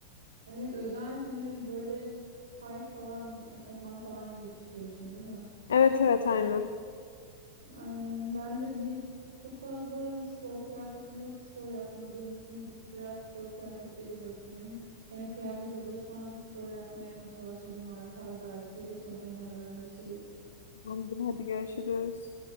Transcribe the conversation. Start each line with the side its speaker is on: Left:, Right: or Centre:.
Right: Evet özel hani böyle tight falan eşofman falan giyip çıkıyorsun değil mi?
Left: Evet evet aynen.
Right: Aynen ben de bir çok fazla spor kıyafetim yok spor yapmadığım için gidip biraz spor kıyafetleri bakayım. Hem kıyafet alırsam spor yapmaya motivasyonum artar belki sonra yine haberleşiriz.
Left: Tamamdır, Hadi görüşürüz.